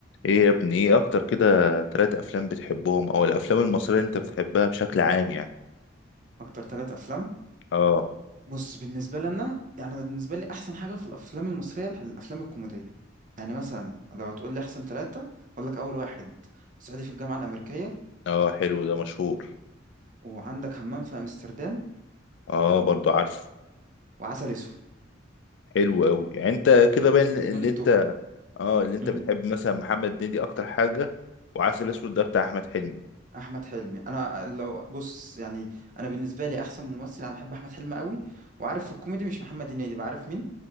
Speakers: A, on the left; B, on the right.
A: ايه يا ابني ايه اكتر كده تلات افلام بتحبهم او الافلام المصرية اللي انت بتحبها بشكل عام يعني
B: اكتر ثلاث افلام
A: اه
B: بص بالنسبه لنا يعني أنا بالنسبه لي احسن حاجه في الافلام المصريه الافلام الكوميديه يعني مثلا لو هتقول لي احسن ثلاثه اقول لك اول واحد صعيدي في الجامعه الامريكيه
A: اه حلو ده مشهور
B: وعندك همام في امستردام
A: اه برضو عارفه
B: وعسل اسود
A: حلو قوي يعني انت كده
B: دول
A: باين
B: بالنسبه
A: اللي
B: لي التوب
A: انت اه اللي انت
B: امم
A: بتحب مثلا محمد هنيدي اكتر حاجة وعسل اسود ده بتاع احمد حلمي
B: احمد حلمي انا لو بص يعني انا بالنسبه لي احسن ممثل انا بحب احمد حلمي قوي وعارف في الكوميدي مش محمد هنيدي بعرف مين